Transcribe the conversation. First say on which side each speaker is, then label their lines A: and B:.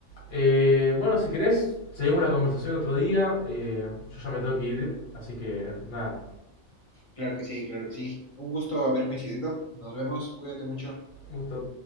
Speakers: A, on the left; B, on the left.
A: eh, bueno, si querés, seguimos la conversación otro día. eh, yo ya me tengo que ir, así que nada,
B: Claro que sí, claro que sí. Un gusto haber coincidido. Nos vemos, cuídate mucho.
A: gusto.